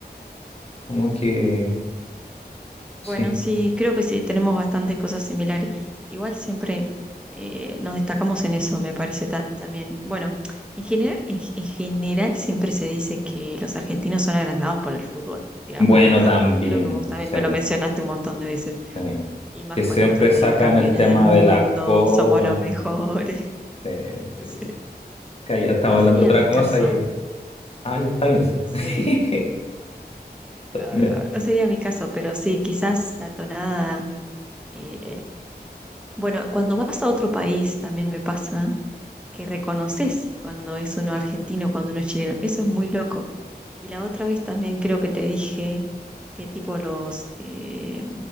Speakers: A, on the left; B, in the centre.
A: como que,
B: Bueno,
A: sí.
B: sí, creo que sí, tenemos bastantes cosas similares. Igual siempre eh, nos destacamos en eso, me parece ta- también. Bueno, en general, en, en general siempre se dice que los argentinos son agrandados por el fútbol, digamos
A: Bueno,
B: la verdad.
A: también,
B: Creo que vos también
A: sí,
B: me lo mencionaste un montón de veces.
A: sí.
B: Y más
A: Que siempre
B: con esto de
A: sacan
B: campeones
A: el tema
B: del mundo,
A: de las copas.
B: somos los mejores.
A: y
B: <laughs>
A: Sí, sí,
B: Sí.
A: sí, sí. Que ya estamos
B: No
A: hablando
B: sería
A: de otra
B: mi
A: cosa
B: caso,
A: y... Ah, ya está bien, sí.
B: sí.
A: <laughs>
B: No,
A: Está
B: no,
A: bien.
B: no, no sería mi caso, pero sí, quizás la tonada. eh, Bueno, cuando vas a otro país también me pasa que reconoces cuando es uno argentino, cuando uno es chileno. Eso es muy loco. Y la otra vez también creo que te dije que tipo los eh,